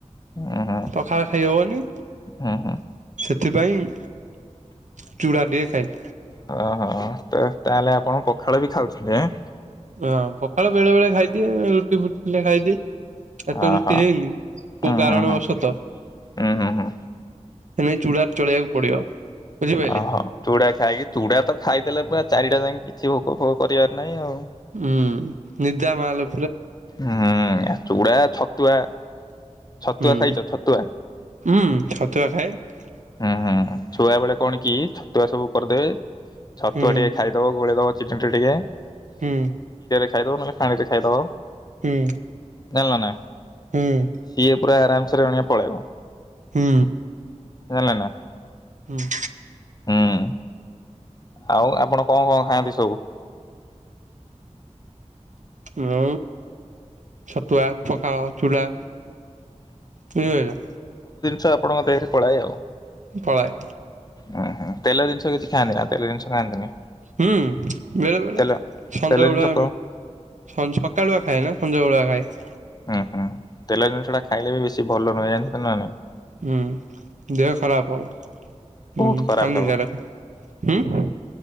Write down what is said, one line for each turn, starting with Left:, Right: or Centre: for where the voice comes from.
Left: ହୁଁ ହୁଁ
Right: ପଖାଳ ଖାଇହବନି
Left: ହୁଁ ହୁଁ।
Right: ସେଥିପାଇଁ ଚୂଡ଼ାଟିକେ ଖାଇ
Left: ହଁ ହଁ ତ ତାହେଲେ ଆପଣ ପଖାଳ ବି ଖାଉଥିଲେ ଆଁ?
Right: ହଁ ପଖାଳ ବେଳେ ବେଳେ ଖାଇଦିଏ ରୁଟି ଫୁଟିଥିଲେ ଖାଇଦିଏ। ଆଜି ତ
Left: ଓହୋ
Right: ରୁଟି ହେଇନି କୋଉ
Left: ହୁଁ
Right: କାରଣ
Left: ହୁଁ ହୁଁ
Right: ବଶତଃ।
Left: ହୁଁ ହୁଁ ହୁଁ
Right: ଏନେ ଚୂଡ଼ାର ଚଳେଇବାକୁ ପଡିବ। ବୁଝିପାରିଲେ।
Left: ଓ ହୋ ଚୁଡା ଖାଇକି ଚୁଡା ତ ଖାଇ ଦେଲେ ପୁରା ଚାରିଟା ଯାକେ କିଛି ଭୋକ ଫୋକ କରିବାର ନାହିଁ ଆଉ।
Right: ହୁଁ ନିଦା ମାଲୋ
Left: ହୁଁ ଚୁଡା ଛ ତୁଆ ଛତୁଆ
Right: ହୁଁ
Left: ଖାଇଛ ଛତୁଆ?
Right: ହୁଁ।
Left: ହୁଁ ହୁଁ ଛୁଆ ବେଳେ କଣ କି ଛୁଆ ସବୁ କରିଦେବେ। ଛତୁଆ
Right: ହୁଁ
Left: ଟିକେ ଖାଇଦବ ଗୋଳେଇ ଦବ ଚିକେନ ଟା ଟିକିଏ
Right: ହୁଁ।
Left: ଖାଇଦବ ନହେଲେ ପାଣିରେ ଖାଇଦବ।
Right: ହୁଁ
Left: ଜାଣିଲନା
Right: ହୁଁ
Left: ସିଏ ପୁରା ଆରାମ ସେ ରେଣଆ ପଳେଇବ।
Right: ହୁଁ।
Left: ହେଲା ନା?
Right: ହୁଁ।
Left: ହୁଁ ଆଉ ଆପଣ କଣ କଣ ଖାଆନ୍ତି ସବୁ?
Right: ମୁଁ ଛତୁଆ, ପଖାଳ, ଚୁଡ଼ା। ବୁଝିପାଇଲ?
Left: ଷ ଆପଣଙ୍କ ଦେହରେ ପଳାଏ ଆଉ।
Right: ପଳାଏ
Left: ହୁଁ ହୁଁ ତେଲ ଜିନିଷ କିଛି ଖାଆନ୍ତିନା ତେଲ ଜିନିଷ ଖାଆନ୍ତିନି।
Right: ହୁଁ ବେଳେ ବେଳେ
Left: ତେଲ
Right: ସଞ୍ଜ
Left: ତେଲ
Right: ବେଳୁଆ
Left: ଜିନିଷ କ
Right: ସଞ୍ଜ ସକାଳୁଆ ଖାଏ ନା ସଞ୍ଜ ବେଳୁଆ ଖାଏ। <inaudible>
Left: ଉଁ ହୁଁ ତେଲ ଜିନିଷଟା ଖାଇଲେ ବି ବେଶୀ ଭଲ ନୁହେଁ ଜାଣିଛ ନା ନାଇଁ?
Right: ହୁଁ ଦେହ ଖରାପ ହବ
Left: ବହୁତ
Right: ହୁଁ
Left: ଖରାପ
Right: ଖାଲି
Left: ହବ
Right: ଜର ହୁଁ